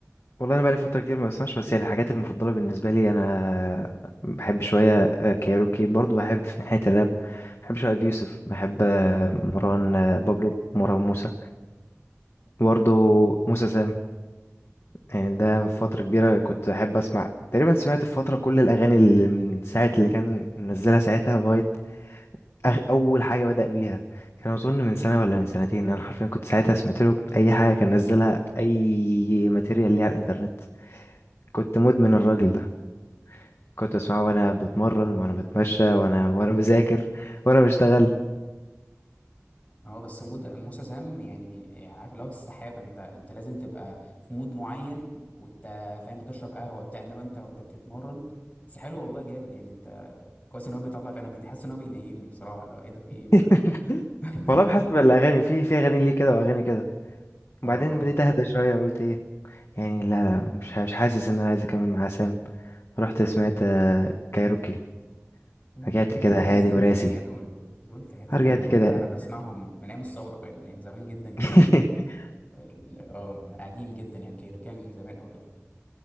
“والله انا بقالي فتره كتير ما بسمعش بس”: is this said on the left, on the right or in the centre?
Left